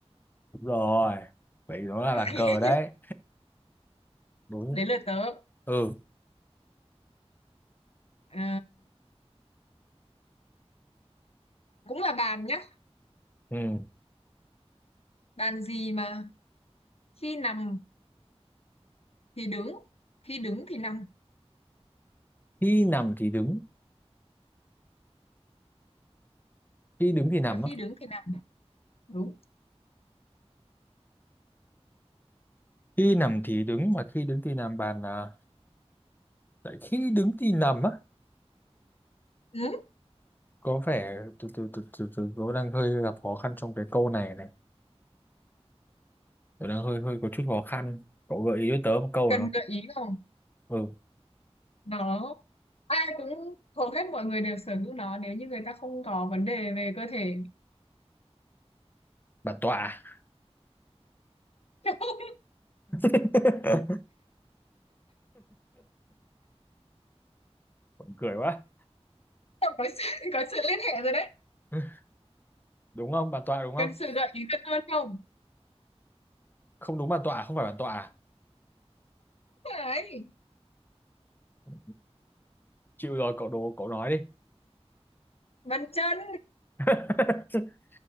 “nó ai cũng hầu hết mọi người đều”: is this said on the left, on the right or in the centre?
Left